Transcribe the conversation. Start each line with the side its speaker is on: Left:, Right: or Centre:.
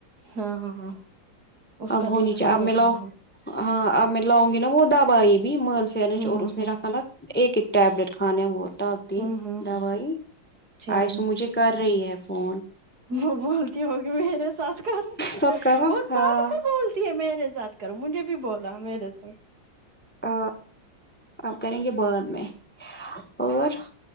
Right: ہاں ہاں ہاں اس
Centre: اب
Right: کا
Centre: ہونی
Right: دیکھنا
Centre: چاہیے اب میں
Right: ہوتا
Centre: لاؤ
Right: ہے
Centre: ہاں اب میں لاؤں گی نا وہ دب آئی بھی محلفر
Right: ہوں
Centre: اور
Right: ہوں
Centre: اس نے
Right: ہوں
Centre: رکھ ایک ایک ٹیبلیٹ کھانے وہ ٹک دی
Right: ہوں ہوں
Centre: دوائی
Right: ہوں ٹھیک
Centre: آئیسو
Right: ہے
Centre: مجھے کر رہی ہے فون
Right: وہ بولتی ہوگی میرے ساتھ کر
Centre: سب کرو
Right: وہ
Centre: ہاں
Right: سب کو بول میرے ساتھ کرو مجھے بھی بولا میرے ساتھ
Centre: ا آپ کریں گے بعد میں اور